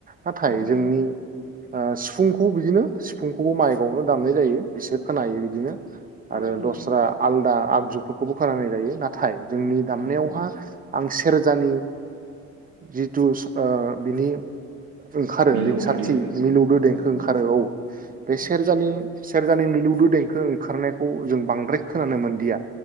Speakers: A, on the right; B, on the right.
A: नाथाय
B: औ
A: जोंनि ओ सिफुंखौ बिदिनो सिफुंखौबो माइकआवनो दामनाय जायो बिसोर खोनायो बिदिनो आरो
B: औ नंगौ
A: दस्रा आल आगजुफोरखौबो खोनानाय जायो नाथाय जोंनि दामनायावहा
B: औ
A: आं सेरजानि जिथु ओ बिनि ओंखारो
B: मिलौदो
A: रिंसारथि
B: देंखो
A: मिलौदो देंखो
B: औ
A: ओंखारो औ बे
B: औ
A: सेरजानि सेरजानि मिलौदो देंखो ओंखारनायखौ जों बांद्राय खोनानो मोनदों दिया